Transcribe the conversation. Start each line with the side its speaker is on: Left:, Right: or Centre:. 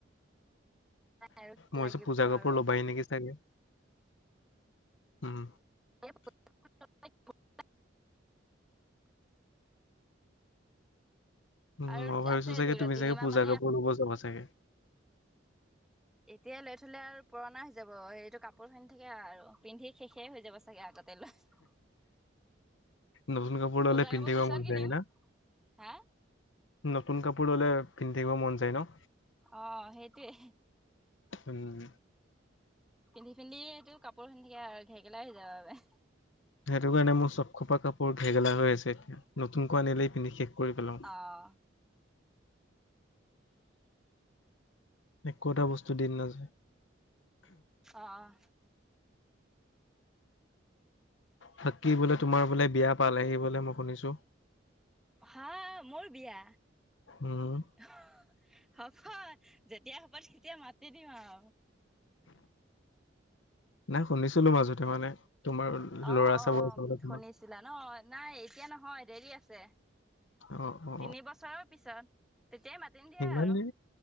Centre: আৰু কি
Left: মই
Centre: লাগিব
Left: পূজাৰ কাপোৰ
Centre: আৰু
Left: ল'বাই নেকি চাগে। উম
Centre: <inaudible>
Left: উম,
Centre: আৰু
Left: মই ভাবিছো
Centre: আছে
Left: চাগে
Centre: ধৰি লোৱা
Left: তুমি
Centre: তিনিমাহ
Left: চাগে পূজা
Centre: মানে
Left: কাপোৰ ল'ব যাবা চাগে।
Centre: এতিয়াই লৈ থ'লে আৰু পুৰণা হৈ যাব, এইটো কাপোৰ হৈ নাথাকে আৰু পিন্ধি শেষে হৈ যাব চাগে আগতে লৈ
Left: নতুন কাপোৰ
Centre: পূজা
Left: ল'লে পিন্ধিব
Centre: পিছত
Left: মন
Centre: কিনিম
Left: যায় হয়না?
Centre: হা?
Left: নতুন কাপোৰ ল'লে, পিন্ধিব মন যায় ন
Centre: অ', সেইটোৱেই।
Left: উম।
Centre: পিন্ধি পিন্ধি এইটো কাপোৰ হৈ নাথাকে আৰু ঘেগেলা হৈ যাব বাবে
Left: সেইটো কাৰণে মোৰ চব খোপা কাপোৰ ঘেগেলা হৈ আছে এতিয়া, নতুনকৈ আনিলেই পিন্ধি শেষ কৰি পেলাওঁ
Centre: অ',
Left: একো এটা বস্তু দিন নাযায়।
Centre: অহ।
Left: তাকে বোলে তোমাৰ বোলে বিয়া পালেহি বোলে মই শুনিছো
Centre: হা, মোৰ বিয়া।
Left: উম
Centre: হ'ব, যেতিয়া হ'ব তেতিয়া মাতি দিম আৰু
Left: নাই শুনিছিলো মাজতে মানে তোমাৰ ল'ৰা
Centre: অ', -অ', -
Left: চাব
Centre: অ',
Left: আছে বোলে তোমাৰ
Centre: শুনিছিলা ন', নাই এতিয়া নহয় দেৰি আছে।
Left: অ অ
Centre: তিনি বছৰৰ পিছত তেতিয়াই মাতিম দিয়া
Left: ইমান
Centre: আৰু
Left: দেৰি
Centre: অ',